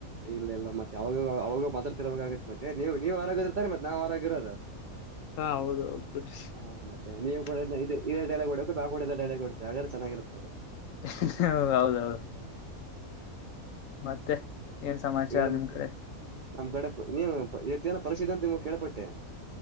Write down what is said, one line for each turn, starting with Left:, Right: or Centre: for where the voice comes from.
Right: ಇಲ್ಲ ಇಲ್ಲ ಮತ್ತೆ ಅವಾಗ ಅವಾಗ ಮಾತಾಡ್ತಿರಬೇಕ ಆಗತ್ತ ಮತ್ತೆ ನೀವ್ ನೀವ ಆರೋಗ್ಯ ಇದ್ರೆ ತಾನೇ ಇರ್ತಾನ ನಾವ್ ಆರೋಗ್ಯ ಇರೋದ.
Left: ಹಾ ಹೌದು ಬಿಡ್ರಿ
Right: ಹ ಮತ್ತೆ ನೀವ
Left: ಹ
Right: ಕೂಡ ಇದ ಇದೇ ಡೈಲಾಗ್ ಕೊಡ್ಬೇಕು ನಾವು ಕೂಡ ಇದೇ ಡೆಳ ಕೊಡ್ತೇವೆ ಹಾಗ್ರೆ ಚೆನ್ನಾಗಿರುತ್ತೆ. ಅದ
Left: ಹ ಹೌದ ಹೌದ ಮತ್ತೆ. ಏನ್ ಸಮಾಚಾರ
Right: ಹೇಳ್ಬೇಕು
Left: ನಿಮ್ ಕಡೆ
Right: ನಮ್ ಕಡೆ ನೀನು ಇತ್ತೇನ ಪರೀಕ್ಷಿತ ಅಂತ ನಿಮ್ ಕೇಳ್ಪಟ್ಟೆ.